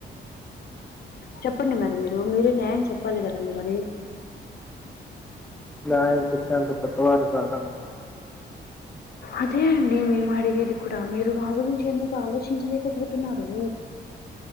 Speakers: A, on the left (about 55°); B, in the centre.
A: చెప్పండి మరి మీరు మీరే న్యాయం చెప్పాలి కదండి మరి
B: న్యాయం చెప్పేంత పెట్టవారిని కాదమ్మా
A: అదే అండి మేము అడిగేది కూడా మీరు మా గురించి ఎందుకు ఆలోచించలేకపోతున్నారు